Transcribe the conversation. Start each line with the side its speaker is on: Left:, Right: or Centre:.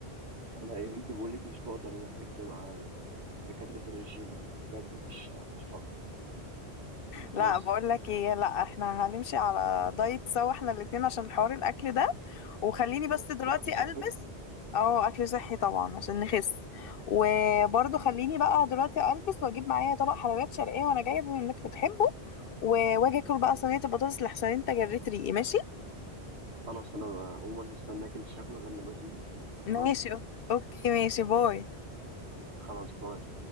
Right: انا يا بنتي بقول لك مش بقدر انا تعبت مع ال- دكاتره الرجيم بجد مش مش بقدر خلاص
Left: لا بقول لك ايه لا احنا هنمشي على دايت سوا احنا الاتنين عشان حوار الاكل ده وخليني بس
Right: هاكل
Left: دلوقتي
Right: اكل صحي
Left: البس اه اكل صحي طبعا عشان نخس وبرضه خليني بقى دلوقتي البس واجيب معايا طبق حلويات شرقيه وانا جايه بما انك بتحبه و- واجي اكل بقى صينيه البطاطس لحسن انت جريت ريقي ماشي
Right: خلاص انا عموما هستناك مش هاكل غير لما تيجي
Left: ماشي
Right: تمام
Left: أو- اوكي ماشي باي
Right: خلاص باي